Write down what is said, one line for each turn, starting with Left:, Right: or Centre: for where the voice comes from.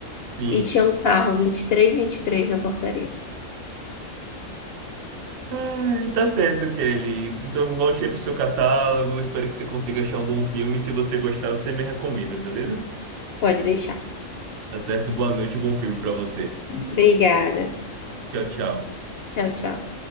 Right: Sim.
Left: E tinha um carro vinte vinte e e três vinte e três na portaria.
Right: Ai, tá certo, Kelly. Então volte aí pro seu catálogo. Espero que você consiga achar um bom filme. Se você gostar, você me recomenda, beleza?
Left: Pode deixar.
Right: Tá certo? Boa noite, e bom filme pra você.
Left: Obrigada.
Right: Tchau, tchau.
Left: Tchau, tchau.